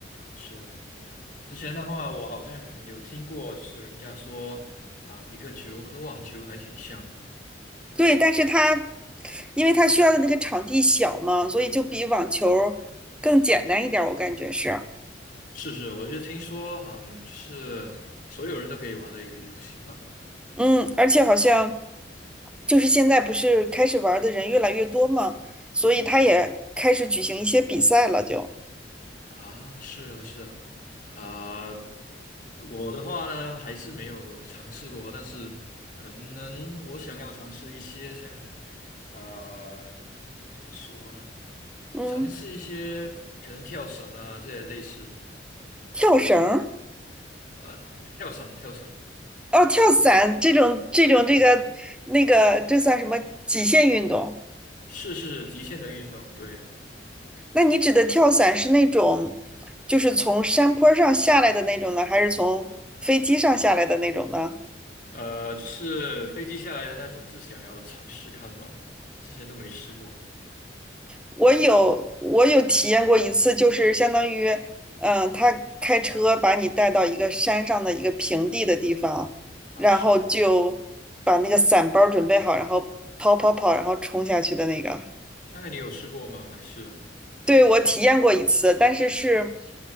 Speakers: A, on the left; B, in the centre.
A: 是之前的话，我好像有听过，就是人家说啊，皮克球和网球还挺像啊。
B: 对，但是它因为它需要的那个场地小嘛，所以就比网球儿更简单一点儿我感觉是，
A: 是是，我就听说，嗯，就是所有人都可以玩的一个游戏吧。
B: 嗯，而且好像就是现在不是开始玩儿的人越来越多嘛，所以它也开始举行一些比赛了，
A: 是。
B: 就
A: 啊，是啊，是啊，啊、我的话呢，还是没有尝试过，但是可能我想要尝试一些像，呃，怎么说呢？啊尝试一些可能跳伞啊这些类似的，
B: 嗯，跳绳儿
A: 呃，跳伞，跳伞，
B: 哦，跳伞这种这种这个那个，这算什么极限运动？
A: 是是是极限的运动，对，
B: 那你指的跳伞是那种，就是从山坡上下来的那种呢，还是从飞机上下来的那种呢？
A: 呃，就是飞机下来的那种，是想要尝试看吧，之前都没试过
B: 我有我有体验过一次，就是相当于，嗯，他开车把你带到一个山上的一个平地的地方，
A: 啊，
B: 然后就把那个伞包准备好，
A: 是啊
B: 然后跑跑跑，然后冲下去的那个。
A: 那个你有试过吗？还是
B: 对，我体验过一次，但是是，